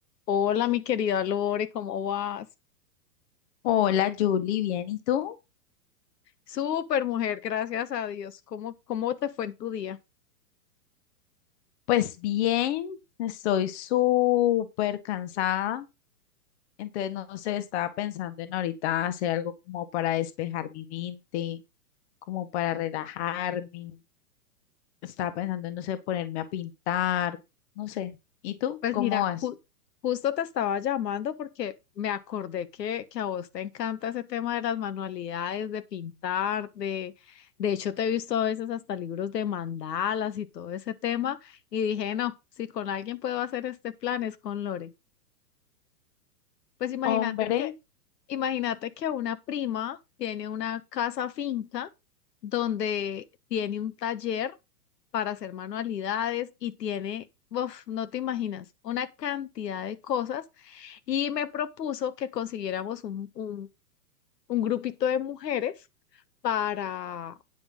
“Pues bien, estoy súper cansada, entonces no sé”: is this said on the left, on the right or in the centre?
Left